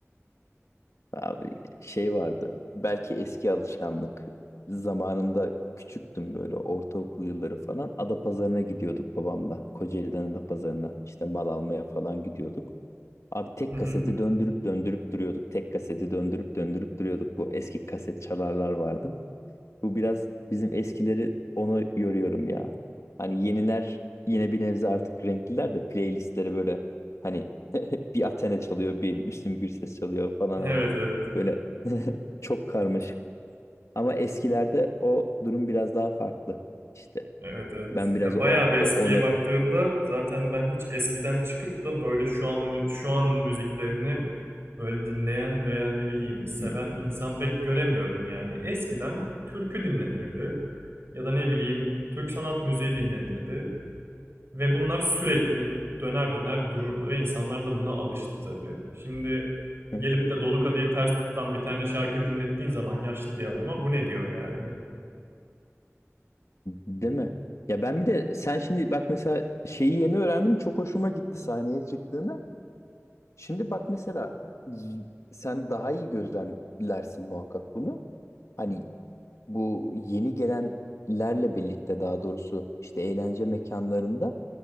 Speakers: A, on the left; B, on the right.
A: Abi şey vardı. Belki eski alışkanlık. Zamanında küçüktüm böyle ortaokul yılları falan. Adapazarı'na gidiyorduk babamla. Kocaeli'den Adapazarı'na işte mal almaya falan gidiyorduk. Abi tek kaseti
B: <laughs>
A: döndürüp döndürüp duruyorduk. Tek kaseti döndürüp döndürüp duruyorduk. Bu eski kaset çalarlar vardı. Bu biraz bizim eskileri onu yoruyorum ya. Hani yeniler yine bir nebze artık renkliler de playlistleri böyle hani <laughs> bir Athena çalıyor, bir Müslüm Gürses çalıyor falan
B: Evet
A: hani
B: evet.
A: böyle <laughs> çok karmaşık. Ama eskilerde o durum biraz daha farklı işte.
B: Evet evet.
A: Ben biraz
B: Ya
A: o,
B: bayağı bir eskiye
A: o- onu
B: baktığımda zaten ben hiç eskiden çıkıp da böyle şu an mü- şu anın müziklerini böyle dinleyen veya ne bileyim seven
A: Hmm.
B: insan pek göremiyorum yani. Eskiden türkü dinlenirdi ya da ne bileyim Türk sanat müziği dinlenirdi. Ve bunlar sürekli döner döner dururdu ve insanlar da buna alıştı tabii. Şimdi
A: <laughs>
B: gelip de Dolu Kadehi Ters Tut'tan bir tane şarkı dinlettiğin zaman yaşlı bir adama bu ne diyor yani?
A: değil mi? Ya ben bir de sen şimdi bak mesela şeyi yeni öğrendim çok hoşuma gitti sahneye çıktığında. Şimdi bak mesela y- sen daha iyi gözlemlersin muhakkak bunu. Hani bu yeni gelenlerle birlikte daha doğrusu işte eğlence mekanlarında